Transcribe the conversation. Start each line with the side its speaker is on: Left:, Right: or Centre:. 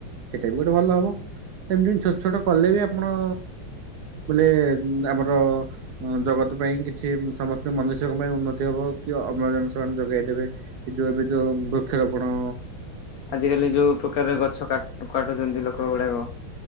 Right: ସେଇଟା ବି ଗୋଟେ ଭଲ ହବ। ସେମିତି ଛୋଟ ଛୋଟ କଲେ ବି ଆପଣ ବୋଇଲେ ଆମର ଜଗତ ପାଇଁ କି କି ସମସ୍ତ ମନୁଷ୍ୟଙ୍କ ପାଇଁ ଉନ୍ନତି ହବ, କି ଅମ୍ଳଜାନ ସେମାନେ ଯୋଗାଇ ଦେବେ। ଯୋଉ ଏବେ ଯୋଉ ବୃକ୍ଷରୋପଣ
Left: ଆଜ କାଲି ଯୋଉ ପ୍ରକାରେ ଗଛ କାଟୁ କାଟୁଛନ୍ତି ଲୋକ ଗୁଡାକ।